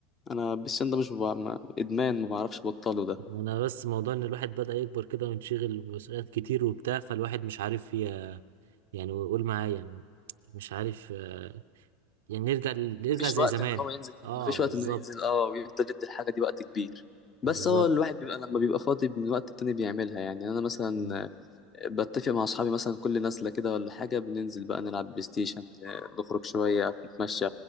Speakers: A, on the left (about 25°); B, on the right (about 85°).
A: انا بلاي ستيشن ده مش ببع... ما... ادمان ما بعرفش ابطله ده
B: أنا بس موضوع إن الواحد بدأ يكبر كده وينشغل بمسؤوليات كتير وبتاع فالواحد مش عارف ي... يعني ويقول معايا مش عارف آه، يعني نرجع ل- نرجع
A: مفيش
B: زي
A: وقت
B: زمان
A: ان هو ينزل
B: اه
A: مفيش وقت
B: بالظبط
A: انه ينزل اه ويفضل يدي الحاجه دي وقت كبير بس
B: بالظبط
A: هو الواحد بيبقى لما بيبقى فاضي من وقت التاني بيعملها يعني انا مثلا
B: مم.
A: بتفق مع اصحابي مثلا كل نازله كده ولا حاجه بننزل بقى نلعب بلاي ستيشن نخرج شويه نتمشى